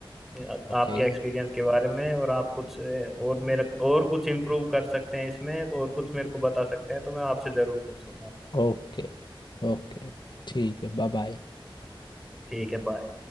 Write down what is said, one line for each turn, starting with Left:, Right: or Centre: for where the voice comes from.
Centre: आ-
Left: Okay
Centre: आपके एक्सपीरियंस के बारे में और आप कुछ अ, और मेरे और कुछ इम्प्रूव कर सकते हैं इसमें और कुछ मेरे को बता सकते हैं तो मैं आपसे जरूर पूछूंगा
Left: okay okay ठीक है बाय बाय
Centre: ठीक है बाय